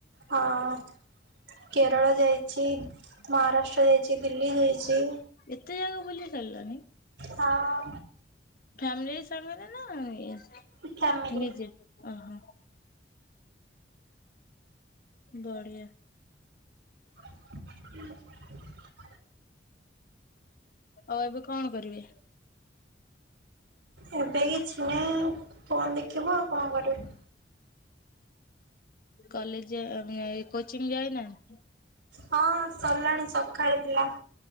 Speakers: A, on the right; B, on the left.
A: ହଁ କେରଳ ଯାଇଛି। ମହାରାଷ୍ଟ୍ର ଯାଇଛି ଦିଲ୍ଲୀ ଯାଇଛି।
B: ଏତେ ଜାଗା ବୁଲି ସାରିଲନି।
A: ହଁ।
B: ଫ୍ୟାମିଲି ସାଙ୍ଗରେ ନା ଇଏ
A: ଫ୍ୟାମିଲି
B: ନିଜେ ଓହୋ। ବଢିଆ।
A: ହୁଁ।
B: ଆଉ ଏବେ କଣ କରିବେ?
A: ଏବେ କିଛି ନାଇଁ ଫୋନ୍ ଦେଖିବୁ ଆଉ କଁ କରିବୁ।
B: କଲେଜ ଆ ମି ଆ ଏ କୋଚିଂ ଯାଇନାହାନ୍ତି?
A: ହଁ ସରଲାଣି ସକାଳେ ଥିଲା।